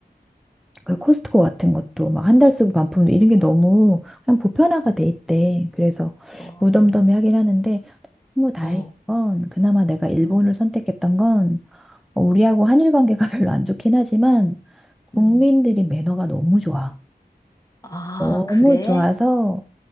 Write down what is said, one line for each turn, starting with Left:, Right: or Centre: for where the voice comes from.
Centre: 그 코스트코 같은 것도 막 한 달 쓰고 반품도 이런 게 너무 그냥 보편화가 돼 있대. 그래서
Left: 어,
Centre: 무덤덤해하긴 하는데 뭐 다행인
Left: 어,
Centre: 건 그나마 내가 일본을
Left: 음,
Centre: 선택했던 건 어, 우리하고 한일 관계가 <laughs> 별로 안 좋긴 하지만 국민들이
Left: 음.
Centre: 매너가 너무 좋아.
Left: 아,
Centre: 너무
Left: 그래?
Centre: 좋아서